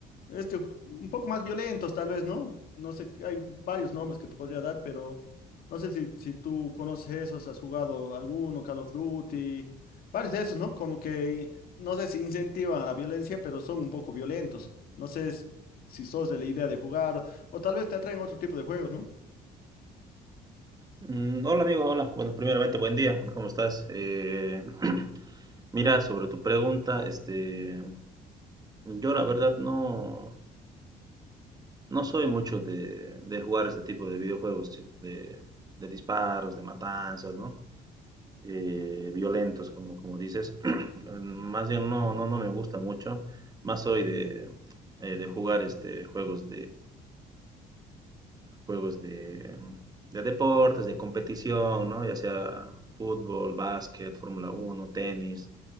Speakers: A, on the left; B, on the right.
A: este, un poco más violentos tal vez, ¿no? No sé, hay varios nombres que te podría dar, pero no sé si, si tú conoces esos, has jugado alguno, Call of Duty, varios de esos, ¿no? Como que, no sé si incentivan a la violencia, pero son un poco violentos. No sé si sos de la idea de jugar o tal vez te atraen otro tipo de juegos, ¿no?
B: Mm, Hola amigo, hola. Bueno, primeramente buen día. ¿Cómo estás? Eh, <clears throat> mira, sobre tu pregunta, este, yo la verdad no, no soy mucho de, de jugar este tipo de videojuegos sí, de, de disparos, de matanzas, ¿no? Eh, violentos, como, como dices. <clears throat> Más bien no, no, no me gusta mucho. Más soy de, eh, de jugar este juegos juegos de, de deportes, de competición, ¿no? Ya sea fútbol, básquet, Fórmula uno tenis.